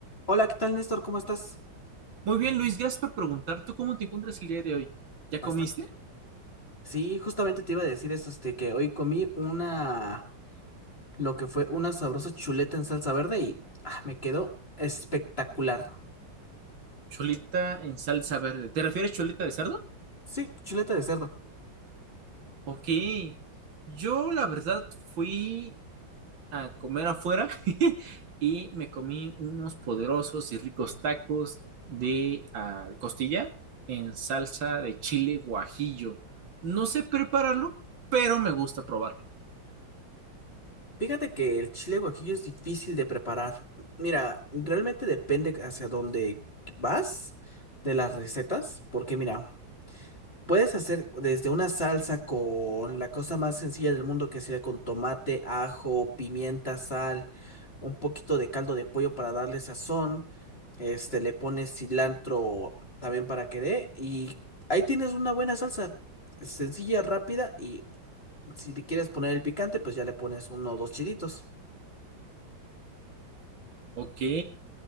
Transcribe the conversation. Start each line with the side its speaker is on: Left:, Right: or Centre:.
Left: Hola, ¿qué tal, Néstor? ¿Cómo estás?
Right: Muy bien, Luis, gracias por preguntar. ¿Tú cómo te encuentras el día de hoy? ¿Ya
Left: Bastante.
Right: comiste?
Left: Sí, justamente te iba a decir eso, este, que hoy comí una, lo que fue una sabrosa chuleta en salsa verde y ah, me quedó espectacular.
Right: Choleta en salsa verde. ¿Te refieres choleta de cerdo?
Left: Sí, chuleta de cerdo.
Right: Ok. Yo, la verdad, fui a comer afuera <laughs> y me comí unos poderosos y ricos tacos de ah, costilla en salsa de chile guajillo. No sé prepararlo, pero me gusta probarlo.
Left: Fíjate que el chile guajillo es difícil de preparar. Mira, realmente depende hacia dónde vas de las recetas, porque mira, Puedes hacer desde una salsa con la cosa más sencilla del mundo, que sería con tomate, ajo, pimienta, sal, un poquito de caldo de pollo para darle sazón. Este, le pones cilantro también para que dé. Y ahí tienes una buena salsa sencilla, rápida. Y si le quieres poner el picante, pues ya le pones uno o dos chilitos.
Right: Ok.